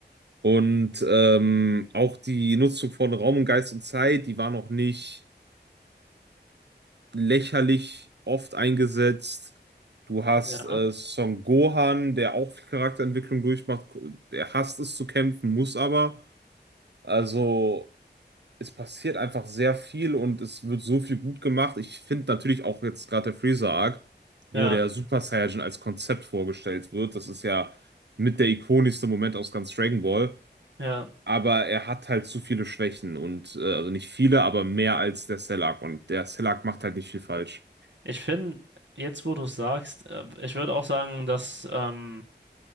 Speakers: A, on the right (about 70°); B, on the right (about 85°).
A: Und ähm, auch die Nutzung von Raum und Geist und Zeit, die war noch nicht. lächerlich oft eingesetzt. Du hast
B: Ja,
A: äh, Son Gohan, der auch viel Charakterentwicklung durchmacht. Der hasst es zu kämpfen, muss aber. Also es passiert einfach sehr viel und es wird so viel gut gemacht. Ich finde natürlich auch jetzt gerade der Freezer-Arc, wo
B: ja,
A: der Super Saiyan als Konzept vorgestellt wird. Das ist ja mit der ikonischste Moment aus ganz Dragon Ball.
B: ja.
A: Aber er hat halt zu viele Schwächen und äh, also nicht viele, aber mehr als der Cell-Arc. Und der Cell-Arc macht halt nicht viel falsch.
B: Ich finde, jetzt wo du es sagst, äh, ich würde auch sagen, dass, ähm,